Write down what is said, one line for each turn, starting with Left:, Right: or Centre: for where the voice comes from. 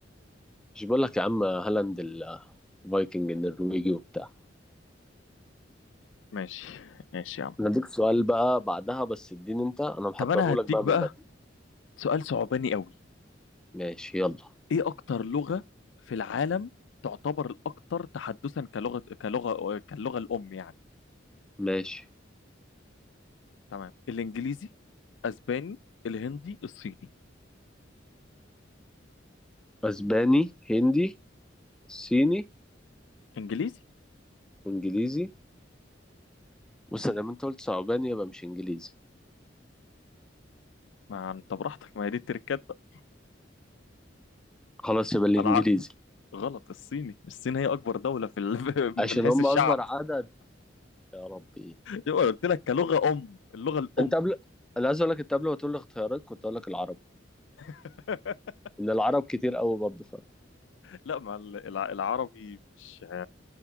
Centre: مش بقول لك يا عم هالاند ال- الفايكنج النرويجي وبتاع
Left: ماشي ماشي يا عم
Centre: انا اديك سؤال بقى بعدها بس اديني انت انا محضره
Left: طب أنا هديك
Centre: لك بقى
Left: بقى
Centre: من بدري
Left: سؤال صعباني قوي
Centre: ماشي يلا
Left: ايه اكتر لغة في العالم تعتبر الاكثر تحدثا كلغة كلغة كاللغة الام يعني
Centre: ماشي
Left: تمام الانجليزي اسباني الهندي الصيني
Centre: اسباني هندي صيني
Left: انجليزي
Centre: وانجليزي بص لما انت قلت صعباني يبقى مش انجليزي
Left: ما انت براحتك ما هي دي التركات بقى
Centre: خلاص يبقى الانجليزي
Left: العقل غلط الصيني الصين هي اكبر دولة في ال... <laughs> من
Centre: عشان
Left: حيث
Centre: هم
Left: الشعب
Centre: اكبر عدد يا ربي
Left: يبقى قلت لك كلغة ام اللغة الام
Centre: انت قبل انا عايز اقول لك انت قبل ما تقول لي اختيارات كنت اقول لك العربي
Left: <laughs>
Centre: ان العرب كتير قوي برضه فاهم
Left: لا ما ال- الع- العربي مش